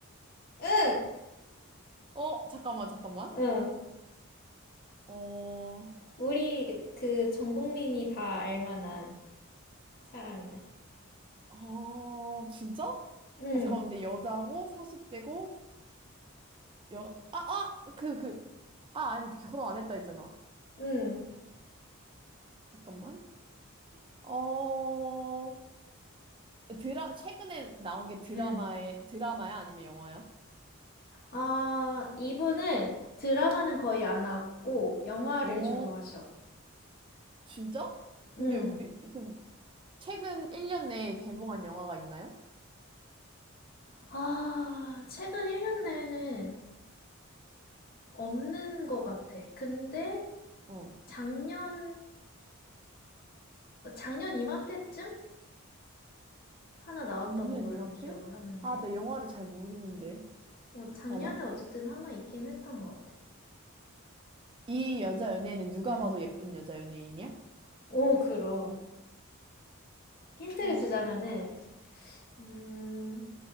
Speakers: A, on the left; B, on the right.
A: 응,
B: 어, 잠깐만, 잠깐만.
A: 응.
B: 어,
A: 우리 그 전 국민이 다 알만한 사람이야.
B: 아, 진짜?
A: 응,
B: 아, 잠깐만, 근데 여자고, 40대고, 여, 아, 아! 그, 그, 아, 아니, 그 결혼 안 했다 했잖아.
A: 응,
B: 잠깐만. 어, 드라, 최근에 나온 게 드라마에,
A: 응.
B: 드라마야? 아니면 영화야?
A: 아, 이분은 드라마는 거의 안 하고 영화를
B: 어,
A: 주로 하셔.
B: 진짜? 근데
A: 응.
B: 우리 그럼 최근 1년 내에 개봉한 영화가 있나요?
A: 아, 최근 1년 내는 없는 것 같아. 근데
B: 어.
A: 작년, 어, 작년 이맘때쯤? 하나 나왔던
B: 작년
A: 걸로
B: 이맘때?
A: 기억을 하는데
B: 아, 나 영화를 잘 모르는데.
A: 어, 작년에
B: 잠깐만.
A: 어쨌든 하나 있긴 했던 것 같아.
B: 이 여자 연예인은 누가
A: 응.
B: 봐도 예쁜 여자 연예인이야?
A: 오 그럼 힌트를
B: 아, 어,
A: 주자면은 음,